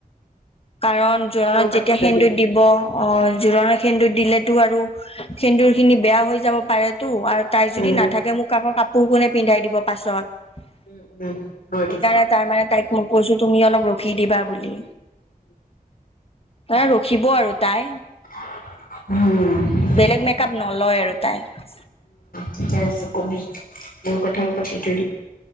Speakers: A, on the left; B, on the left.
A: কাৰণ জোৰণত
B: কথাও পাতি
A: যেতিয়া
B: থৈ
A: সেন্দুৰ
B: দিম
A: দিব অহ, জোৰণত সেন্দুৰ দিলেতো আৰু সেন্দুৰ খিনি বেয়া হৈ যাব পাৰে টো, আৰু তাই যদি
B: উম
A: নাথাকে মোক আাকৌ কাপোৰ কোনে পিন্ধাই দিব পাছত? <inaudible>
B: উম উম হয়
A: সেইকাৰণে
B: দে
A: তাৰ মানে তাইক মই কৈছো, তুমি অলপ ৰখি দিবা বুলি।
B: <inaudible>
A: তাই ৰখিব আৰু। তাই
B: উম'
A: বেলেগ মেকআপ নলয় আৰু তাই।
B: ঠিকে কবি, মোৰ কথাও পাতি থৈ